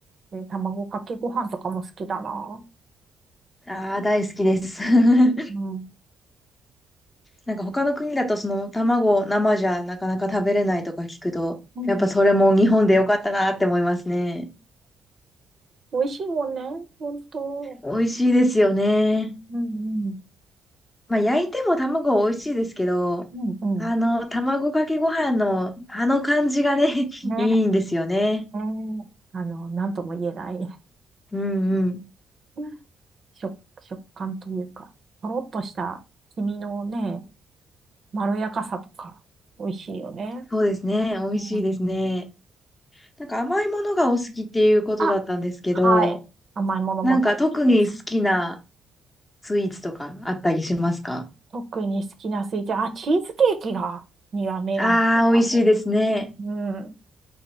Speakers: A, on the right; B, on the left.
A: で、卵かけご飯とかも好きだな。
B: ああ、大好きです。<laughs>
A: うん。
B: なんか他の国だとその卵生じゃなかなか食べれないとか聞くと、
A: うん。
B: やっぱそれも日本でよかったなって思いますね。
A: 美味しいもんね、本当。
B: 美味しいですよね。
A: うんうん。
B: まあ焼いても卵は美味しいですけど、
A: うんうん。
B: あの、卵かけご飯のあの感じがね、<laughs>
A: ね、
B: いいんですよね。
A: えー、あの、なんとも言えない
B: うんうん。
A: <laughs> 食、食感というか、とろっとした黄身のね、まろやかさとか、美味しいよね。
B: そうですね。美味しいですね。
A: うん。
B: なんか甘いものがお好きっていうことだったんですけど、
A: あ、はい。甘いものも大好きです。
B: なんか特に好きなスイーツとかあったりしますか
A: 特に好きなスイーツ、あ、チーズケーキが、には目が出たも
B: ああー、美味しいですね。
A: ん。うん。